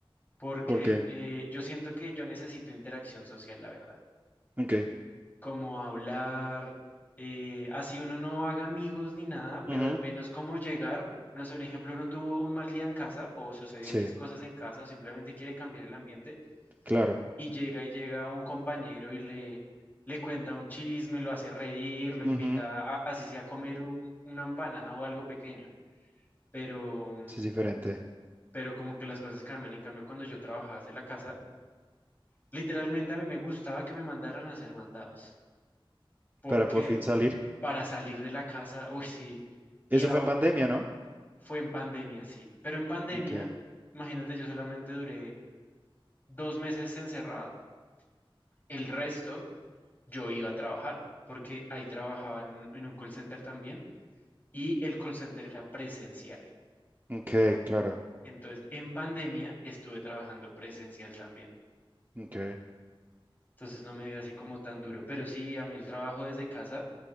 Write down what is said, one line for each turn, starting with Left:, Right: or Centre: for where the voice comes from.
Left: porque
Right: ¿por qué?
Left: eh, yo siento que yo necesito interacción social, la verdad.
Right: ¿En qué?
Left: como hablar, eh, así uno no haga amigos ni nada, pero
Right: Ujú,
Left: al menos como llegar, no sé, un ejemplo, uno tuvo un mal día en casa o sucedió
Right: Sí,
Left: X cosas en casa o simplemente quiere cambiar el ambiente
Right: claro.
Left: y llega y llega un compañero y le, le cuenta un chisme, lo hace reír, lo
Right: Ujú,
Left: invita a, así sea a comer un- una empanada o algo pequeño, pero, mm,
Right: Sí, es diferente.
Left: pero como que las cosas cambian. En cambio, cuando yo trabajaba desde la casa, literalmente a mí me gustaba que me mandaran a hacer mandados. porque
Right: Para por fin salir.
Left: para salir de la casa, uy, sí, y
Right: Eso
Left: aho-
Right: fue en pandemia, ¿no?
Left: fue en pandemia, sí, pero en pandemia,
Right: Ok,
Left: imagínate, yo solamente duré dos meses encerrado, el resto yo iba a trabajar, porque ahí trabajaba en, en un call center también, y el call center era presencial,
Right: ok, claro.
Left: entonces en pandemia estuve trabajando presencial también,
Right: Ok,
Left: entonces no me dio así como tan duro, pero sí, a mí el trabajo desde casa,